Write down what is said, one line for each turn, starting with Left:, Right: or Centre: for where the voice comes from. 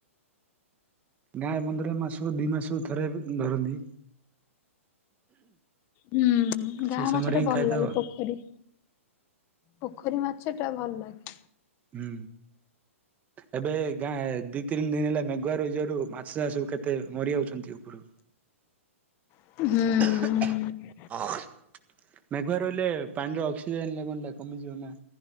Right: ଗାଁ ବନ୍ଦରେ ମାସ କୁ ଦି ମାସ କୁ ଥରେ ଧରନ୍ତି।
Left: ହୁଁ, ଗାଁ
Right: ସେଇ ସମୟରେ
Left: ମାଛ ଟା
Right: ହିଁ
Left: ଭଲ
Right: ଖାଇଥାଉ
Left: ଲାଗେ
Right: ଆଉ।
Left: ପୋଖରୀ ପୋଖରୀ ମାଛ ଟା ଭଲ ଲାଗେ।
Right: ହୁଁ। ଏବେ ଗାଁ ଦି ତିନି ଦିନ ହେଲା ମେଘୁଆ ରହିଯିବାରୁ ମାଛ ଚାଷ କେତେ ମରିଯାଉଚନ୍ତି ଉପରକୁ।
Left: <inaudible>
Right: <inaudible>
Left: ହୁଁ
Right: ମେଘୁଆ ରହିଲେ ପାଣିର ଅକ୍ସିଜେନ ଲେବନଟା କମିଯିବ ନା।